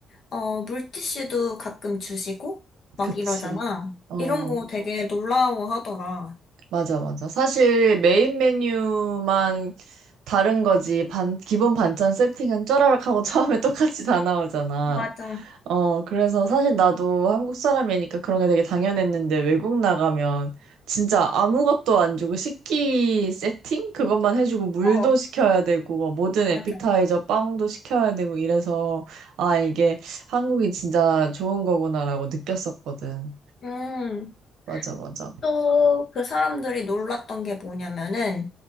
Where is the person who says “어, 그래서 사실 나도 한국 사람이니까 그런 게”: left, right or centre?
Right